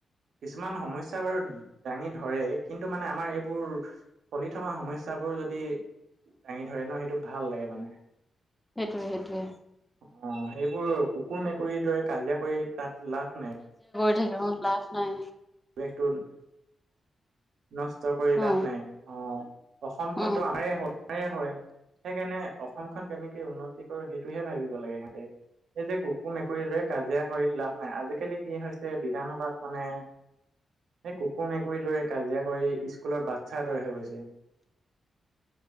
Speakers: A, on the right (about 85°); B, in the centre.
A: কিছুমান সমস্যা বাৰু দাঙি ধৰে, কিন্তু মানে আমাৰ এইবোৰ চলি থকা সমস্যাবোৰ যদি দাঙি ধৰে ন, সেইটো ভাল লাগে মানে
B: সেইটোৱে, সেইটোৱে।
A: অ, সেইবোৰ কুকুৰ, মেকুৰীৰ দৰে কাজিয়া কৰি তাত লাভ নাই।
B: <unintelligible> লাভ নাই।
A: বেকটন নষ্ট কৰি লাভ
B: অ
A: নাই অ, অসমখনতো
B: অ
A: আমাৰ হয়, আম হয়। সেইকাৰণে অসমখন কেনেকে উন্নতি কৰো, সেইটোহে ভাবিব লাগে সিহঁতে। এই যে কুকু মেকুৰী দৰে কাজিয়া কৰিত লাভ নাই। আজিকালি কি হৈছে বিধান সভাত মানে সেই কুকুৰ, মেকুৰীৰ দৰে কাজিয়া কৰি স্কুলৰ বাচ্ছাৰদৰে হৈ গৈছে।